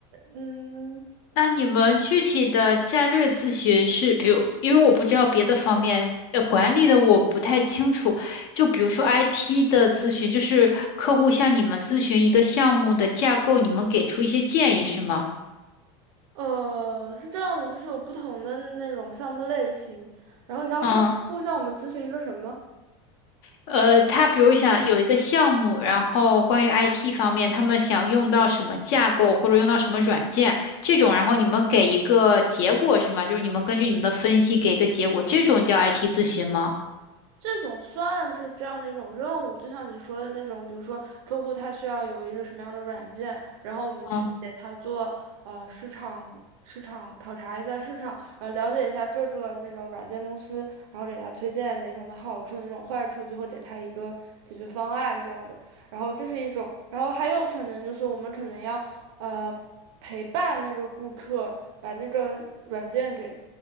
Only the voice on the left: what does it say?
那你们具体的战略咨询是，比如，因为我不知道别的方面，呃，管理的我不太清楚。就比如说 IT 的咨询，就是客户向你们咨询一个项目的架构，你们给出一些建议，是吗？
嗯，呃，他比如想有一个项目，然后关于 IT 方面，他们想用到什么架构或者用到什么软件这种，然后你们给一个结果是吗？就是你们根据你们的分析给一个结果，这种叫 IT 咨询吗？
嗯。